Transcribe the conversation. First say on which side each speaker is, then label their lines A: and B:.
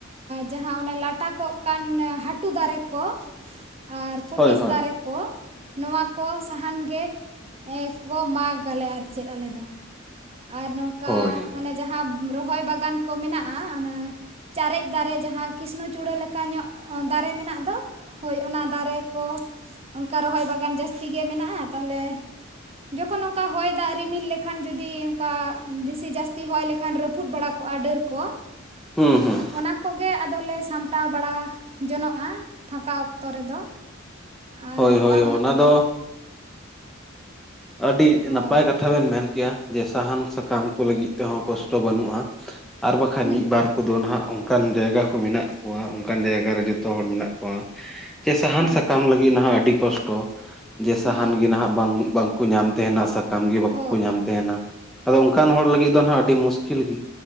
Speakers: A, on the right; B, in the centre.
A: ᱡᱟᱦᱟᱸ ᱚᱱᱟ ᱞᱟᱴᱟᱠᱚᱜ ᱠᱟᱱ ᱦᱟᱹᱴᱩ ᱫᱟᱨᱮ ᱠᱚ ᱟᱨ ᱠᱩᱴᱤᱥ
B: ᱦᱳᱭ ᱦᱳᱭ
A: ᱫᱟᱨᱮ ᱠᱚ ᱱᱚᱣᱟ ᱠᱚ ᱥᱟᱦᱟᱱ ᱜᱮ ᱠᱚ ᱢᱟᱜᱽ ᱟᱞᱮ ᱟᱨ ᱪᱮᱫ ᱟᱞᱮᱫᱚ ᱟᱨ ᱱᱚᱝᱠᱟ
B: ᱦᱳᱭ
A: ᱚᱱᱮ ᱡᱟᱦᱟᱸ ᱨᱚᱦᱚᱭ ᱵᱟᱜᱟᱱ ᱠᱚ ᱢᱮᱱᱟᱜ-ᱟ ᱚᱱᱟ ᱪᱟᱨᱮᱡ ᱫᱟᱨᱮ ᱡᱟᱦᱟᱸ ᱠᱨᱤᱥᱱᱚᱪᱩᱲᱟᱹ ᱞᱮᱠᱟ ᱧᱚᱜ ᱫᱟᱨᱮ ᱢᱮᱱᱟᱜ ᱫᱚ ᱦᱳᱭ ᱚᱱᱟ ᱫᱟᱨᱮ ᱠᱚ ᱚᱱᱠᱟ ᱨᱚᱦᱚᱭ ᱵᱟᱜᱟᱱ ᱡᱟᱹᱥᱛᱤ ᱜᱮ ᱢᱮᱱᱟᱜ-ᱟ ᱛᱟᱦᱚᱞᱮ ᱡᱚᱠᱷᱚᱱ ᱚᱱᱠᱟ ᱦᱚᱭ ᱫᱟᱜ ᱨᱤᱢᱤᱞ ᱞᱮᱠᱷᱟᱱ ᱡᱩᱫᱤ ᱚᱱᱠᱟ ᱵᱮᱥᱤ ᱡᱟᱹᱥᱛᱤ ᱦᱚᱭ ᱞᱮᱠᱷᱟᱱ ᱨᱟᱹᱯᱩᱫ ᱵᱟᱲᱟ ᱠᱚᱜ-ᱟ ᱰᱟᱹᱨ ᱠᱚ
B: ᱦᱩᱸ ᱦᱩᱸ
A: ᱚᱱᱟ ᱠᱚᱜᱮ ᱟᱫᱚᱞᱮ ᱥᱟᱢᱴᱟᱣ ᱵᱟᱲᱟ ᱡᱚᱱᱚᱜ-ᱟ ᱯᱷᱟᱠᱟ ᱚᱠᱛᱚ ᱨᱮᱫᱚ ᱟᱨ
B: ᱦᱳᱭ
A: ᱱᱚᱝᱠᱟ
B: ᱦᱳᱭ ᱚᱱᱟ ᱫᱚ ᱟᱹᱰᱤ
A: ᱦᱳᱭ
B: ᱱᱟᱯᱟᱭ ᱠᱟᱛᱷᱟ ᱵᱮᱱ ᱢᱮᱱ ᱠᱮᱜ-ᱟ ᱡᱮ ᱥᱟᱦᱟᱱ ᱥᱟᱠᱟᱢ ᱠᱚ ᱞᱟᱹᱜᱤᱫ ᱛᱮᱦᱚᱸ ᱠᱚᱥᱴᱚ ᱵᱟᱹᱱᱩᱜ-ᱟ᱾ ᱟᱨ ᱵᱟᱠᱷᱟᱱ
A: ᱦᱮᱸ
B: ᱢᱤᱫ ᱵᱟᱨ ᱠᱚᱫᱚ ᱱᱟᱦᱟᱜ ᱚᱱᱠᱟ ᱚᱱᱠᱟᱱ ᱡᱟᱭᱜᱟ ᱠᱚ ᱢᱮᱱᱟᱜ ᱠᱚᱣᱟ ᱚᱱᱠᱟᱱ ᱡᱟᱭᱜᱟ ᱨᱮ ᱡᱚᱛᱚ ᱦᱚᱲ ᱢᱮᱱᱟᱜ ᱠᱚᱣᱟ ᱡᱮ ᱥᱟᱦᱟᱱ
A: ᱦᱮᱸ
B: ᱥᱟᱠᱟᱢ ᱞᱟᱹᱜᱤᱫ ᱱᱟᱦᱟᱜ ᱟᱹᱰᱤ ᱠᱚᱥᱴᱚ ᱡᱮ
A: ᱦᱮᱸ
B: ᱥᱟᱦᱟᱱ ᱜᱮ ᱱᱟᱦᱟᱜ ᱵᱟᱝ ᱵᱟᱝ ᱵᱟ ᱠᱚ ᱧᱟᱢ ᱛᱟᱦᱮᱱᱟ ᱥᱟᱠᱟᱢ ᱜᱮ ᱵᱟᱠᱚ
A: ᱦᱳᱭ
B: ᱧᱟᱢ ᱛᱟᱦᱮᱱᱟ᱾ ᱟᱫᱚ ᱚᱱᱠᱟᱱ ᱦᱚᱲ ᱞᱟᱹᱜᱤᱫ ᱫᱚ ᱱᱟᱦᱟᱜ ᱟᱹᱰᱤ ᱢᱩᱥᱠᱤᱞ ᱜᱮ